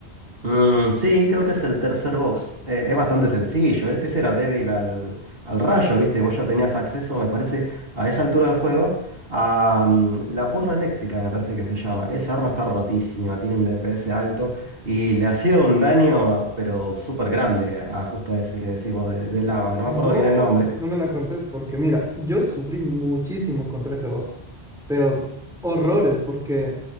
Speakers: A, on the right; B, in the centre.
A: Mm, Sí, creo que es el tercer box. Eh, es bastante sencillo. e- Ese era débil al, al rayo, ¿viste? Vos ya tenías acceso, me parece, a esa altura del juego, a mm, la porra eléctrica, me parece que se llama. Esa arma está rotísima, tiene un DPS alto y le hacía un daño, pero súper grande, a justo ese que decís vos de, de lava. No
B: No,
A: me acuerdo bien el nombre.
B: no me la contés porque mira, yo sufrí muchísimo contra ese boss, pero horrores porque